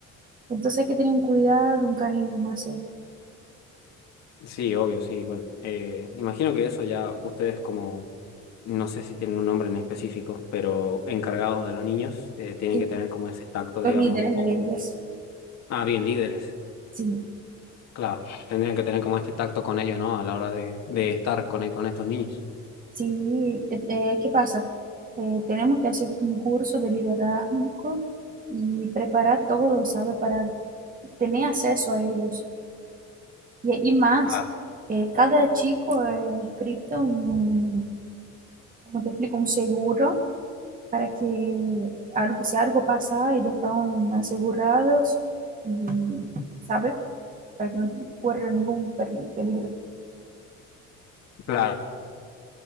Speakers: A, on the right (about 30°); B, on the left (about 65°).
A: entonces hay que tener un cuidado, un cariño más, eh,
B: Sí, obvio, sí, bueno. eh, imagino que eso ya ustedes como, no sé si tienen un nombre en específico, pero encargados de los niños, eh, tienen
A: sí,
B: que tener como ese tacto, digamos.
A: los líderes
B: o-
A: de ellas,
B: ah, bien, líderes,
A: sí.
B: claro. Tendrían que tener como este tacto con ellos, ¿no? A la hora de, de estar con, con estos niños.
A: Sí, eh, eh, ¿qué pasa? Eh, tenemos que hacer un curso de liderazgo y preparar todo, ¿sabe? Para tener acceso a ellos. Y, y más,
B: Claro,
A: eh, cada chico es inscrito en un, como te explico, un seguro para que algo, si algo pasa, ellos están asegurados y, ¿sabe? Para que no corra ningún peri- peligro.
B: claro.